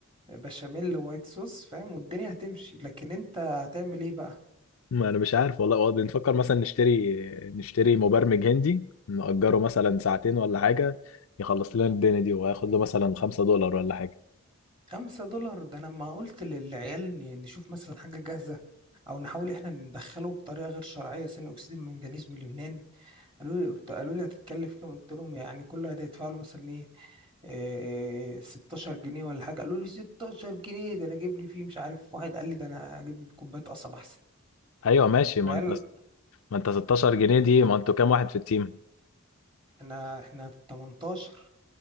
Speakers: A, on the right (about 25°); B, on the left (about 70°).
A: بشاميل وايت صوص فاهم والدنيا هتمشي لكن انت هتعمل ايه بقى
B: ما انا مش عارف والله هو بنفكر مثلا نشتري نشتري مبرمج هندي نأجره مثلا ساعتين ولا حاجة يخلص لنا الدنيا دي وهياخد له مثلا خمسة دولار ولا حاجة
A: خمسة دولار ده انا ما قلت للعيال ن- نشوف مثلا حاجة جاهزة او نحاول احنا ندخله بطريقة غير شرعية ثاني اكسيد المنجنيز من اليونان قالوا لي قلت- قالوا لي هتتكلف كام قلت لهم يعني كل واحد هيدفع له مثلا ايه إيه 16 جنيه ولا حاجة قالوا لي 16 جنيه ده انا اجيب لي فيه مش عارف واحد قال لي ده انا اجيب لي كوباية قصب احسن
B: ايوه ماشي
A: قلت
B: ما
A: له
B: انت
A: العيال
B: ما انت 16 جنيه دي ما انتوا كام واحد في التيم
A: احنا احنا 18